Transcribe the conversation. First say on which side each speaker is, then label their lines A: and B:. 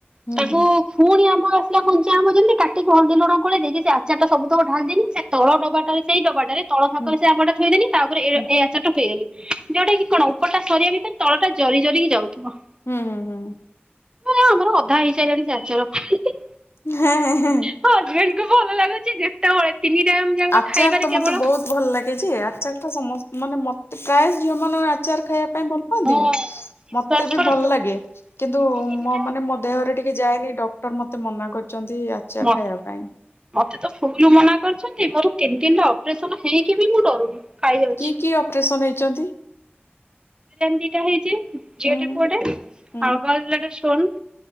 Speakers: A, on the left; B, on the right.
A: ହୁଁ
B: ତାକୁ
A: ହୁଁ
B: ଫୁଣି ଆମ ଆସିଲା କଞ୍ଚା ଆମ ଯେମି କାଟିକି ହଳଦୀ ଲୁଣ କ ଦେଇକି ସେ ଆଚାର ଟା ସବୁତକ ଢାଲି ଦେଲି ସେ ତଳ ଡବାଟାରେ ସେଇ ଡବାଟାରେ ତଳ ଥାକରେ
A: ହୁଁ
B: ସେ ଆମ୍ୱ ଟା ଥୋଇଦେଲି ତାପରେ ଏଇ
A: ହୁଁ
B: ଆଚାରଟା ଉଠାଇ ଦେଲି ଯୋଉଟା କି କଣ ଉପରଟା ସରିବା ଭିତରେ ତଳଟା ଜରି ଜରିକି ଯାଉଥିବ।
A: ହୁଁ ହୁଁ ହୁଁ।
B: ହଁ ଆମର ଅଧା ହେଇସାରିଲାଣି ଆଚାର।
A: <unintelligible>
B: ମୋ ହଜବେଣ୍ଡଙ୍କୁ ଭଲ ଲାଗୁଛି ଯେତେବେଳେ ତିନି ଟାଇମ୍ ଯାଙ୍କ
A: ଆଚାର
B: ଖାଇବାରେ
A: ତ
B: କେବଳ
A: ମୋତେ ବହୁତ ଭଲ ଲାଗେ ଯେ ଆଚାର ଟା ସମସ୍ତେ ମାନେ ମୋତେ ପ୍ରାୟ ଝିଅ ମାନଙ୍କର ଆଚାର ଖାଇବା ଭଲ ପାଆନ୍ତିନି
B: ମୁଁ ବିଶ୍ଵାସ
A: ମୋତେ ବି
B: କରନ୍ତୁ
A: ଭଲ ଲାଗେ କିନ୍ତୁ
B: ତିନି ତିନିଟା
A: ମୋ ମାନେ ମୋ ଦେହରେ ଟିକେ ଯାଏନି ଡକ୍ଟର ମୋତେ ମନା କରି ଛନ୍ତି ଆଚାର
B: ମତେ
A: ଖାଇବା ପାଇଁ
B: ମତେ ତ ଫୁଲ ମନା କରିୁଛନ୍ତି ମୋର ତିନି ତିନିଟା ଅପରେସନ ହେଇକି ବି ମୁଁ ଡରୁନି। ଖାଇଯାଉଛି।
A: କି କି ଅପରେସନ ହେଇଛନ୍ତି।
B: ଦିଟା ହେଇଛି ଝିଅଟେ
A: ହୁଁ
B: ପୁଅଟେ
A: ହୁଁ
B: ଆଉ। <unintelligible> ଷ୍ଟୋନ